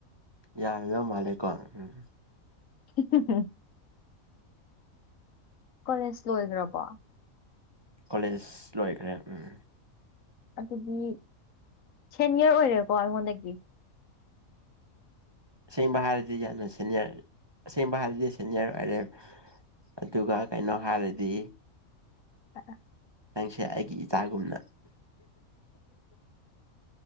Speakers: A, on the right (about 20°); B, on the left (about 70°).
A: ꯌꯔꯝꯗꯧ ꯃꯥꯜꯂꯦꯀꯣ ꯎꯝ
B: <unintelligible> ꯀꯣꯂꯦꯖ ꯂꯣꯏꯈ꯭ꯔꯕꯣ?
A: ꯀꯣꯂꯦꯖ ꯂꯣꯏꯈ꯭ꯔꯦ ꯎꯝ
B: ꯑꯗꯨꯗꯤ ꯁꯦꯅꯦꯌꯔ ꯑꯣꯏꯔꯦꯀꯣ ꯑꯩꯉꯣꯟꯗꯒꯤ?
A: ꯑꯁꯦꯡꯕ ꯍꯥꯏꯔꯗꯤ ꯌꯟꯅꯥ ꯁꯦꯅꯦꯌꯔ ꯑꯁꯦꯡꯕ ꯍꯥꯏꯔꯗꯤ ꯁꯦꯅꯦꯌꯔ ꯑꯣꯏꯔꯦ ꯑꯗꯨꯒ ꯀꯩꯅꯣ ꯍꯥꯏꯔꯗꯤ
B: <unintelligible>
A: ꯅꯪꯁꯦ ꯑꯩꯒꯤ ꯏꯆꯥꯒꯨꯝꯅ